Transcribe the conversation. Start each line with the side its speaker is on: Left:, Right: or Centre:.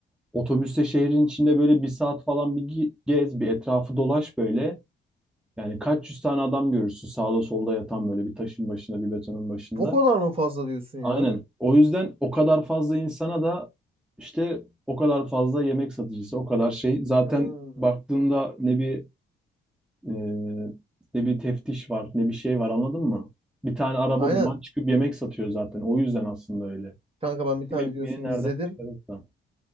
Centre: otobüste şehrin içinde böyle bir saat falan bir gi- gez, bir etrafı dolaş böyle. Yani kaç yüz tane adam görürsün sağda solda yatan böyle bir taşın başında, bir betonun başında.
Right: O kadar mı fazla diyorsun ya?
Centre: Aynen. O yüzden o kadar fazla insana da işte o kadar fazla yemek satıcısı, o kadar şey. Zaten
Right: Hmm.
Centre: baktığında ne bir ee, ne bir teftiş var, ne bir şey var anladın mı? Bir tane araba
Right: Aynen.
Centre: bulan çıkıp yemek satıyor zaten. O yüzden aslında öyle.
Right: Kanka ben bir tane
Centre: Kim ekmeğini
Right: videosunu
Centre: nereden
Right: izledim.
Centre: çıkarırsa.